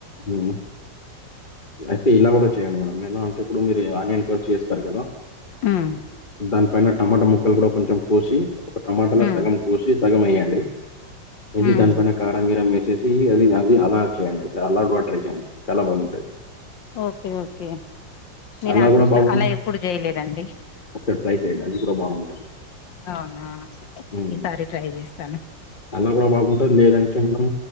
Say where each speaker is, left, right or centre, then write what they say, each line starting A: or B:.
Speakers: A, on the left; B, on the left.
A: ఉమ్ అయితే ఇలా కూడా చేయండి మేడం ఎలా అంటే ఇప్పుడు మీరు ఆనియన్ కోసి చేస్త స్తారు కదా
B: హ్మ్.
A: దాని పైన టమాటా ముక్కలు కూడా కొంచెం పోసి ఒక టమాటాలో
B: హ్మ్.
A: సగం కోసి సగం వేయండి ఎసి
B: హ్మ్.
A: దానిపైన కారం గీరం వేసేసి అది అది అలా చేయండి చలా బాగా ట్రై చేయండి చాలా బాగుంటుది
B: ఓకే ఓకే నేను
A: అలా
B: అట్
A: కూడా
B: ఇట్లా
A: బాగుంటుంది
B: అలా ఎప్పుడు చేయలేదండి
A: ఒకసారి ట్రై చేయండి అది కూడా బాగుంటుంది
B: అవునా
A: ఉమ్.
B: ఈసారి ట్రై చేస్తాను
A: అలా కూడా బాగుంటది లేదంటే మనం